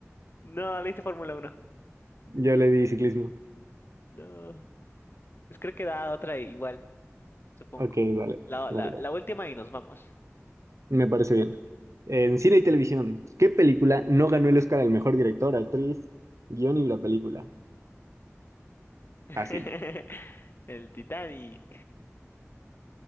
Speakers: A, on the left (about 45°); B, on the right (about 75°).
A: No, leíste Fórmula Uno.
B: Yo le di ciclismo.
A: No. Pues creo que da otra igual, supongo.
B: Ok, dale,
A: La,
B: dale,
A: la,
B: dale.
A: la última y nos vamos.
B: Me parece bien. En cine y televisión, ¿qué película no ganó el Oscar al mejor director, actriz, guión y la película?
A: <laughs>
B: Fácil.
A: El Titanic.